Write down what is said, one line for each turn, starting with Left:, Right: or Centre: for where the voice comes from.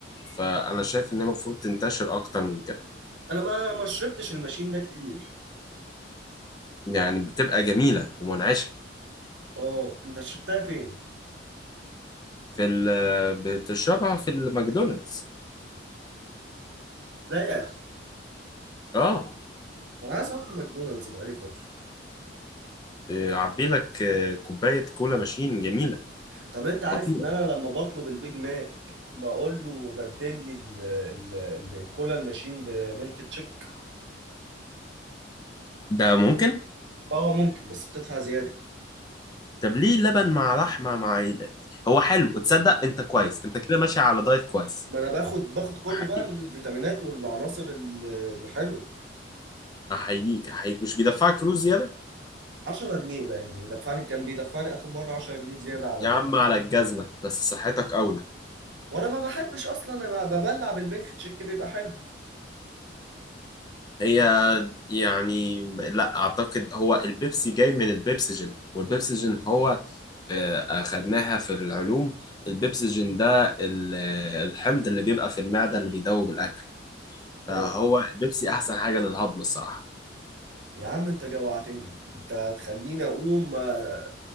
Left: فانا شايف ان هي المفروض تنتشر اكتر من كده
Right: انا ما ما شربتش الماشين ده كتير
Left: يعني بتبقى جميله ومنعشه
Right: اه انت شربتها فين
Left: في ال بتشربها في الماكدونالدز
Right: لا يا اخي
Left: اه
Right: انا عايز اروح ماكدونالدز بقالي فتره
Left: إيه، عبي لك آه، كوبايه كولا ماشين جميله
Right: طب انت عارف
Left: خطيره
Right: ان انا لما بطلب البيج ماك بقول له بدل لي ال- ال- الكولا الماشين بميلك تشيك
Left: ده ممكن
Right: اه ممكن بس بتدفع زياده
Left: طب ليه لبن مع لحمه مع ال- هو حلو تصدق انت كويس انت كده ماشي على دايت كويس
Right: ما انا باخد باخد كل
Left: احييك
Right: بقى الفيتامينات والعناصر ال- الحلوه
Left: احييك احييك مش بيدفعك فلوس زياده
Right: 10 جنيه بقى اللي بيدفعني كان بيدفعني اخر مره 10 جنيه زياده على
Left: يا
Right: ال-
Left: عم على الجزمه بس صحتك اولى
Right: وانا ما بحبش اصلا انا ب- ببلع بالميلك تشيك بيبقى حلو
Left: هي يعني لا اعتقد هو البيبسي جاي من البيبسجين والبيبسجين هو آه، اخدناها في العلوم البيبسجين ده ال- آه، الحمض اللي بيبقى في المعدة اللي بيدوب الاكل
Right: اه
Left: فهو البيبسي احسن حاجة للهضم الصراحة
Right: يا عم انت جوعتني انت هتخليني اقوم آه،